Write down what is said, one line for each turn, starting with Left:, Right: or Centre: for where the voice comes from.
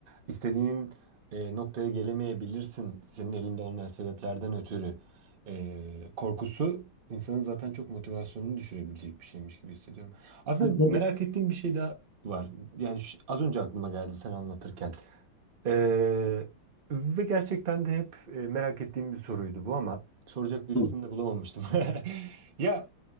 Right: istediğin e, noktaya gelemeyebilirsin senin elinde olmayan sebeplerden ötürü. E, korkusu insanın zaten çok motivasyonunu düşürebilecek bir şeymiş gibi hissediyorum. Aslında
Left: Ben tabii.
Right: merak ettiğim bir şey daha var. Yani şu- az önce aklıma geldi sen anlatırken. Ee, ve gerçekten de hep e, merak ettiğim bir soruydu bu ama soracak birisini
Left: Hı.
Right: de bulamamıştım. <laughs> Ya